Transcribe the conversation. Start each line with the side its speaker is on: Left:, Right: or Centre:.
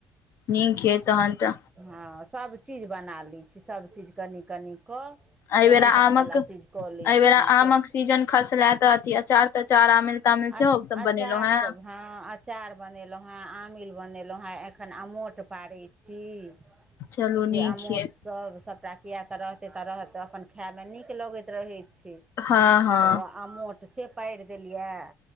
Left: निक हे तहन तऽ।
Right: हँ सभ-चीज बना लै छी, सभ-चीज कनि-कनि। कऽ
Left: एहि
Right: सेहनता
Left: बेेरा आमक
Right: वला चीज कऽ
Left: एहि
Right: लै
Left: बेेरा
Right: छी फेर।
Left: आमक सीजन खसले तऽ अथी अचार-तचार, आमिल-तामिल
Right: अच
Left: सेहो सभ
Right: अचार
Left: बनेलौं हें।
Right: सब हँ अँचार बनेलहुँ हँ, आमिल बनेलहुँ हँ, एखन अमोट पाऽरै। छी,
Left: चलू
Right: जे
Left: नीक
Right: आमोट
Left: यै
Right: सब सभटा। किए तऽ रहतै तऽ रहत, अखन खाइ में नीक लगैत रहै छै।
Left: हँ हँ
Right: तऽ ओ अमोट से पारि देलियै